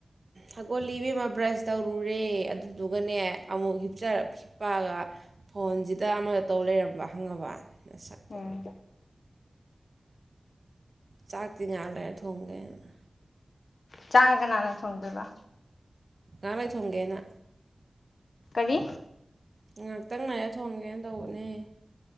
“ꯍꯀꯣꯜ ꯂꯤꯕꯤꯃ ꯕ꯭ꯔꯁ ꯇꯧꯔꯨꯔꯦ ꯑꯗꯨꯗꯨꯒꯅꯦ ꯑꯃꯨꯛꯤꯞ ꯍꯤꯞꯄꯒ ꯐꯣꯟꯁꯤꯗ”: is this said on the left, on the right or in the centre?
Right